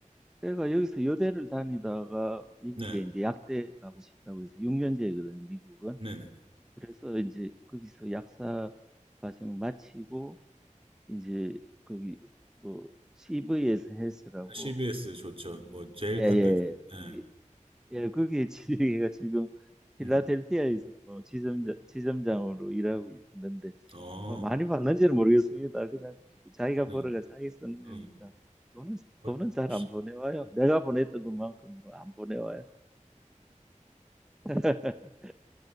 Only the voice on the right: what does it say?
네,
네네.
CBS 좋죠. 뭐 제일
큰 데죠. 네,
음,
어,
네,
음.
어,
씨-